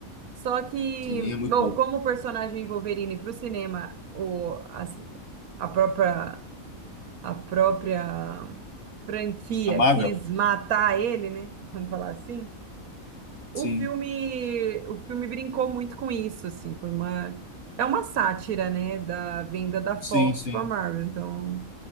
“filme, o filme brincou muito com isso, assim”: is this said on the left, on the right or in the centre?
Right